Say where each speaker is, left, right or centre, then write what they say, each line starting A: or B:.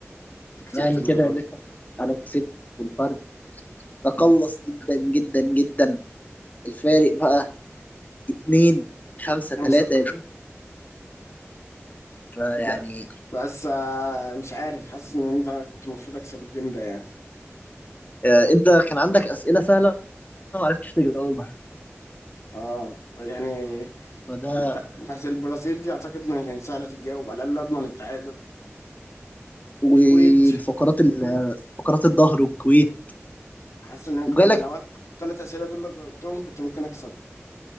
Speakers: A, on the left; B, on the left.
A: أنت كسبت
B: يعني
A: المرة
B: كده يا باشا
A: دي
B: انا كسبت والفرق تقلص جدا جدا جدا الفارق بقى اتنين خمسة
A: خمسة
B: تلاتة يا باشا فيعني
A: لا بس آه، مش عارف حاسس ان انت كنت المفروض اكسب الجيم ده يعني
B: آه، انت كان عندك اسئلة سهلة ما عرفتش تجاوبها
A: اه يعني
B: فده
A: انت- بتاعت البرازيل دي اعتقد ان كانت سهلة تتجاوب على الاقل اضمن التعادل
B: والفقرات
A: الكويت
B: ال- فقرات الظهر والكويت
A: حاسس ان انا كنت
B: وجالك
A: لو الثلاث اسئلة دول لو جاوبتهم كنت ممكن اكسب